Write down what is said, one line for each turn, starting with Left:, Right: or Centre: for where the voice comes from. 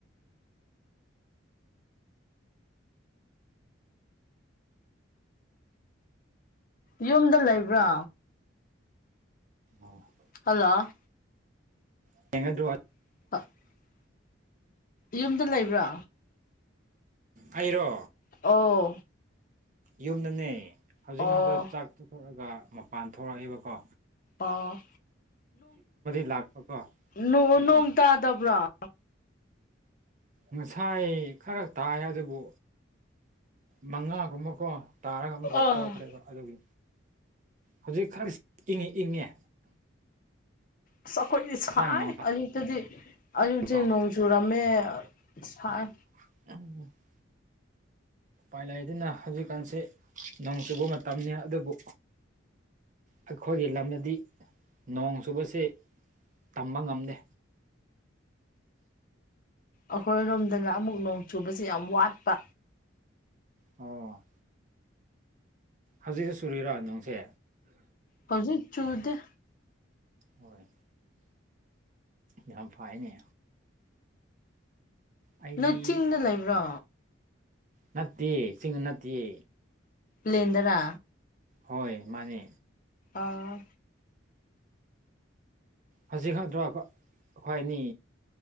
Left: ꯌꯨꯝꯗ ꯂꯩꯕ꯭ꯔꯣ
Right: <inaudible>
Left: ꯍꯜꯂꯣ
Right: <unintelligible>
Left: <inaudible> ꯌꯨꯝꯗ ꯂꯩꯕ꯭ꯔꯣ?
Right: ꯑꯩꯔꯣ
Left: ꯑꯣ
Right: ꯌꯨꯝꯗꯅꯦ ꯍꯧꯖꯤꯛ
Left: ꯑꯣ
Right: ꯉꯛꯇ ꯆꯥꯛ ꯇ‌ꯣꯛꯑꯒ ꯃꯄꯥꯟ ꯊꯣꯔꯛꯏꯕꯀꯣ
Left: ꯑꯣ
Right: ꯂꯥꯛꯄꯀꯣ
Left: ꯅꯣꯡ
Right: ꯑꯗꯨꯒ
Left: ꯅ‌ꯣꯡ ꯇꯥꯗꯕ꯭ꯔ‌ꯣ
Right: ꯉꯁꯥꯏ ꯈꯔ ꯇꯥꯏ ꯑꯗꯨꯕꯨ ꯃꯉꯥꯒꯨꯝꯕꯀꯣ ꯇꯥꯔꯒ ꯑꯃꯨꯛ ꯑꯃꯨꯛꯀ
Left: ꯑꯥ
Right: ꯇ‌ꯣꯛꯈ꯭ꯔꯦꯕ ꯑꯗꯨꯒꯤ ꯍꯨꯖꯤꯛ ꯈꯔꯁ ꯏꯪꯉꯤ ꯏꯪꯉꯦ
Left: ꯑꯁ ꯑꯈꯣꯏꯗꯤ
Right: ꯉꯁꯥꯏ
Left: ꯁꯥꯏ
Right: ꯅꯣꯡ
Left: ꯑꯌꯨꯛꯇꯗꯤ ꯑꯌꯨꯛꯇꯤ
Right: ꯇꯥꯕꯒꯤꯀꯣ
Left: ꯅ‌ꯣꯡ ꯆꯨꯔꯝꯃꯦ ꯁꯥꯏ
Right: <unintelligible> ꯄꯥꯏꯂꯩꯗꯤꯅ ꯍꯧꯖꯤꯛꯀꯥꯟꯁꯦ ꯅꯣꯡ ꯆꯨꯕ ꯃꯇꯝꯅꯤ ꯑꯗꯨꯕꯨ ꯑꯩꯈꯣꯏꯒꯤ ꯂꯝꯗꯗꯤ ꯅꯣꯡ ꯆꯨꯕꯁꯦ ꯇꯝꯕ ꯉꯝꯗꯦ
Left: ꯑꯈꯣꯏꯔꯣꯝꯗꯅ ꯑꯃꯨꯛ ꯅꯣꯡ ꯆꯨꯕꯁꯤ ꯌꯥꯝ ꯋꯥꯠꯄ
Right: ꯑꯣ ꯍꯧꯖꯤꯛꯁꯨ ꯁꯨꯔꯤꯔ ꯅꯣꯡꯁꯦ
Left: ꯍꯧꯖꯤꯛ ꯆꯨꯗ‌ꯦ
Right: ꯍꯣꯏ ꯌꯥꯝ ꯐꯥꯏꯅꯦ ꯑꯩꯗꯤ
Left: ꯅ‌ꯣ ꯆꯤꯡꯗ ꯂꯩꯕ꯭ꯔꯣ
Right: ꯅꯠꯇꯦ ꯆꯤꯡ ꯅꯠꯇ꯭ꯌꯦ
Left: ꯂꯦꯟꯗꯔ
Right: ꯍꯣꯏ ꯃꯥꯅꯦ
Left: ꯑꯥ
Right: ꯍꯖꯤꯛ ꯈꯪꯗ꯭ꯔꯣ ꯑꯈꯣꯏ ꯑꯅꯤ